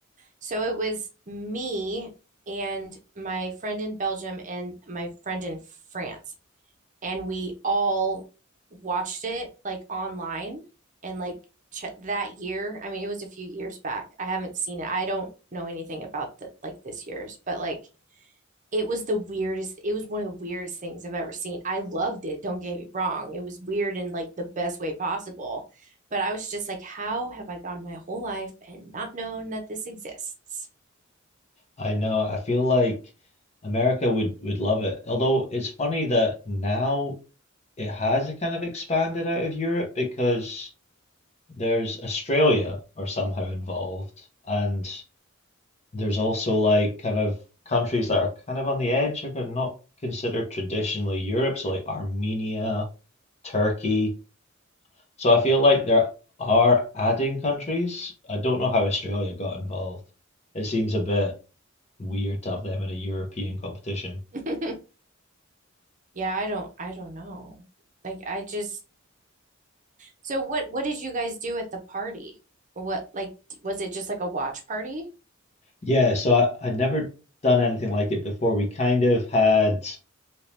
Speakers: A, on the right (about 40°); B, on the left (about 35°).
A: so it was me and my friend in Belgium and my friend in France. and we all watched it like online and like ch that year. I mean, it was a few years back. I haven't seen it. I don't know anything about the like this year's, but like it was the weirdest. It was one of the weirdest things I've ever seen. I loved it. Don't get me wrong. It was weird in like the best way possible, but I was just like, how have I gone my whole life and not known that this exists?
B: I know, I feel like America would would love it. Although it's funny that now it has a kind of expanded out of Europe because there's Australia are somehow involved and There's also like kind of countries that are kind of on the edge, are not considered traditionally Europe, so like Armenia, Turkey. So I feel like there are adding countries. I don't know how Australia got involved. It seems a bit weird to have them in a European competition.
A: <laughs> Yeah, I don't. I don't know. Like, I just. So what what did you guys do at the party? Or What like was it just like a watch party?
B: Yeah, so I, I'd never done anything like it before. We kind of had